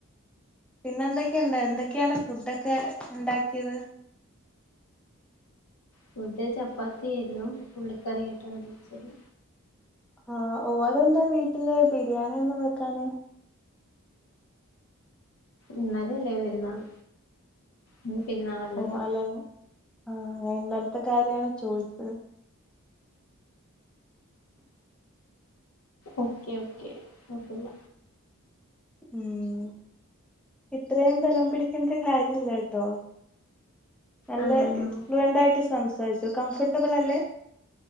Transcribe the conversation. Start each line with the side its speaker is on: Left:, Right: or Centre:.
Centre: പിന്നെ എന്തൊക്കെയുണ്ട് എന്തൊക്കെയാണ് ഫുഡൊക്കെ ഉണ്ടാക്കിയത്
Left: ഫുഡ് ചപ്പാത്തി ആരുന്നു ഉള്ളിക്കറിയായിട്ടാണ് കഴിച്ചത്
Centre: ആ ഓ അതെന്താ വീട്ടില് ബിരിയാണി ഒന്നും വെക്കാന്
Left: ഇന്നലെയല്ലേ വരുന്നന്ന് ഇന്ന് പെരുനാളല്ലല്ലോ
Centre: ഓ അല്ല ആ ഞാൻ ഇന്നലത്തെ കാര്യാണ് ചോദിച്ചത്
Left: ഓക്കെ ഓക്കെ കുഴപ്പില്ല
Centre: ഉം ഇത്രയും ബലം പിടിക്കണ്ട കാര്യല്ല കേട്ടോ നല്ല
Left: ആഹ്
Centre: ഇൻഫ്ലുവെന്റായിട്ടു ആയിട്ട്- സംസാരിച്ചു കംഫർട്ടബിൾ അല്ലേ